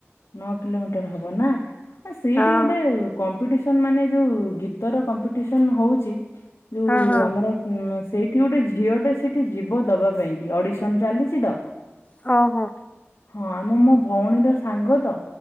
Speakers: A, on the left; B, on the left.
A: ନଅ କିଲୋମିଟର ହବ ନା ଆ ସେଇଠି
B: ଆଉ।
A: ଗୋଟେ କ କମ୍ପିଟିସନ ମାନେ ଯୋଉ ଗୀତର କମ୍ପିଟିସନ ହଉଚି ଯୋଉ
B: ହଁ ହଁ ହଁ
A: ଆମର। ହୁଁ ସେଇଠି ଗୋଟେ ଝିଅ ଟେ ସେଇଠି ଯିବ ଦବା ପାଇଁ କି ଅଡିସନ ଚାଲିଛି ତ।
B: ହଁ ହଁ।
A: ହଁ ଆମ ମୋ ଭଉଣୀର ସାଙ୍ଗ ତ